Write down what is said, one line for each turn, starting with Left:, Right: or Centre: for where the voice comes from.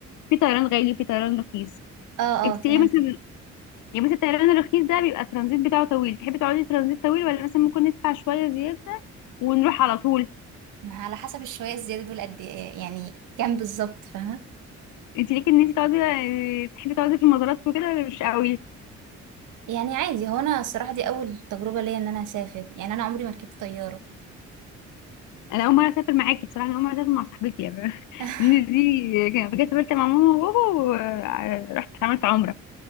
Left: في طيران غالي في طيران رخيص
Right: اه
Left: انت
Right: اه فهمتك
Left: ايه مثلا يعني مثلا الطيران الرخيص ده بيبقى الترانزيت بتاعه طويل تحبي تقعدي ترانزيت طويل ولا مثلا ممكن ندفع شويه زياده ونروح على طول
Right: ما على حسب الشوية الزيادة دول قد ايه يعني كام بالظبط فاهمة
Left: انت ليكي ان انت تقعدي آه، تحبي تقعدي في المزارات وكده ولا مش قوي
Right: يعني عادي هو انا الصراحة دي اول تجربة ليا ان انا اسافر يعني انا عمري ما ركبت طيارة
Left: انا اول مره اسافر معاكي بصراحه انا اول مره اسافر مع صاحبتي يعني
Right: <laughs>
Left: <laughs> ان دي كانت سافرت مع ماما وبابا ورحت عملت عمره